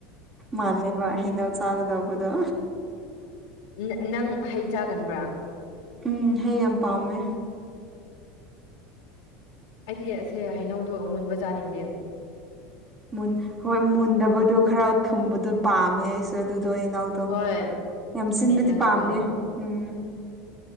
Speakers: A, on the right (about 20°); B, on the left (about 60°).
A: ꯃꯥꯜꯂꯦꯕ ꯍꯩꯅꯧ ꯆꯥꯒꯗꯧꯕꯗꯣ
B: ꯅꯥ ꯅꯪ ꯍꯩ ꯆꯥꯒꯟꯕ꯭ꯔꯥ
A: ꯎꯝ ꯍꯩ ꯌꯥꯝ ꯄꯥꯝꯃꯦ
B: ꯑꯩꯗꯤ ꯑꯁꯦ ꯍꯩꯅꯧꯗꯣ ꯑꯃꯨꯟꯕ ꯆꯥꯅꯤꯡꯗꯦ
A: ꯃꯨꯟ ꯍꯣꯏ ꯃꯨꯟꯗꯕꯗꯣ ꯈꯔ ꯊꯨꯝꯕꯗꯣ ꯄꯥꯝꯃꯦ ꯑꯩꯁꯨ ꯑꯗꯨꯗꯣ ꯍꯩꯅꯥꯎꯗꯣ
B: ꯍꯣꯏ
A: ꯌꯥꯝ ꯁꯤꯟꯕꯗꯤ
B: ꯃꯦꯠꯂꯒꯀꯣ
A: ꯄꯥꯝꯗꯦ ꯎꯝ